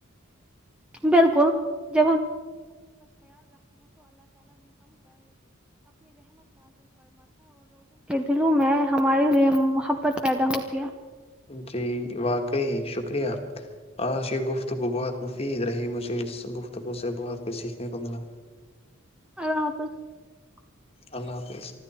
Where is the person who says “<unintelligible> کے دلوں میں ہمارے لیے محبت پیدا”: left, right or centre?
Centre